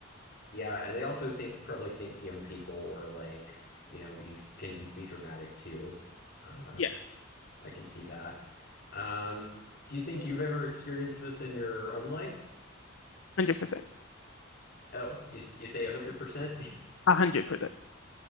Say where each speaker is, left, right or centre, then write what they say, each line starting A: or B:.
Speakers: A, on the left; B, on the left.
A: Yeah, they also think probably think the young people were like, you know, being can be dramatic too. Uh,
B: Yeah,
A: I can see that. Um, do you think you've ever experienced this in your own life?
B: 100%.
A: Oh, you you say 100%? <laughs>
B: 100%.